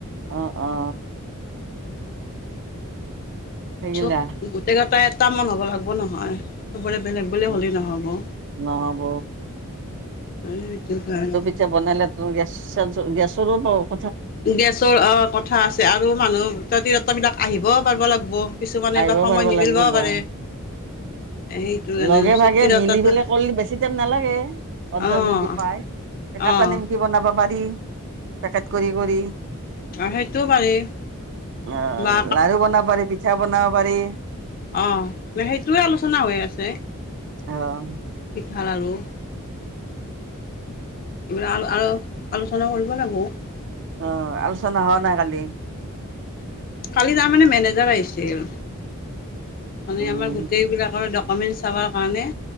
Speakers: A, on the right; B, on the left.
A: অ' অ'। সেইগিলা
B: চব গোটেই কেইটা এটা মান হ'ব লাগব নহয়। চবৰে বেলেগ বেলেগ
A: অ
B: হ'লেই নহব‌, অ
A: নহ'ব
B: সেইটোকাৰণে।
A: এতিয়া বনালে তোৰ গেচ <unintelligible> গেছৰৰো প্ৰ
B: গেছৰ অ' কথা আছে আৰু মানুহ <unintelligible> বিলাক আহিবও পাৰিব লাগব। কিছুমান
A: আহিব
B: এবাৰ সময়
A: পাৰিব
B: নিমিলিবওঁ
A: লাগিব বা
B: পাৰে। সেইটো কাৰণে
A: লগে
B: চব
A: ভাগে
B: তিৰোতাটো
A: মিলি পেলে কৰিলে বেছি টাইম নালাগে, অৰ্ডাৰ
B: অঁ
A: যদি পাই। এ কাটা
B: অঁ
A: নেমকি বনাব পাৰি। পেকেট কৰি কৰি।
B: সেইটোও পাৰি
A: অ'
B: বা
A: লাৰু বনাব পাৰি, পিঠা বনাব পাৰি।
B: অ' সেইটোয়ে আলোচনা হৈ আছে।
A: অ'।
B: পিঠা লাৰু। লাল আৰু আলোচনা কৰিব লাগিব।
A: অ' আলোচনা হোৱা নাই কালি।
B: কালি তাৰ মানে মেনেজাৰ আহিছিল, মানে
A: উম
B: আমাৰ গোটেইবিলাকৰ কমেণ্ট চাবৰ কাৰণে।